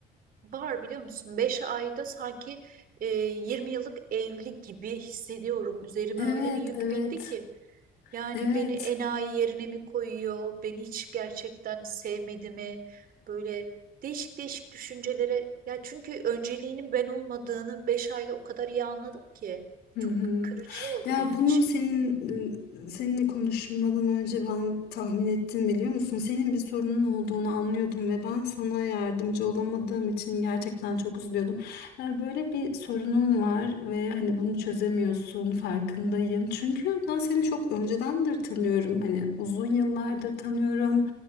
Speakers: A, on the right (about 60°); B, on the left (about 75°).
A: Var biliyor musun? beş ayda sanki e, 20 yıllık evli gibi hissediyorum. Üzerime
B: Evet,
A: öyle bir yük
B: evet,
A: bindi ki. Yani
B: evet.
A: beni enayi yerine mi koyuyor? Beni hiç gerçekten sevmedi mi? Böyle değişik değişik düşüncelere. Ya çünkü önceliğinin ben olmadığını 5 ayda o kadar iyi anladım ki.
B: Hı
A: Çok
B: hı.
A: kırıcı oldu
B: Ya
A: benim
B: bunun
A: için.
B: senin seninle konuşmadan önce ben tahmin ettim biliyor musun? Senin bir sorunun olduğunu anlıyordum ve ben sana yardımcı olamadığım için gerçekten çok üzülüyordum. Ya böyle bir sorunum var ve hani bunu çözemiyorsun farkındayım. Çünkü ben seni çok öncedendir tanıyorum. Hani uzun yıllardır
A: Hı,
B: tanıyorum.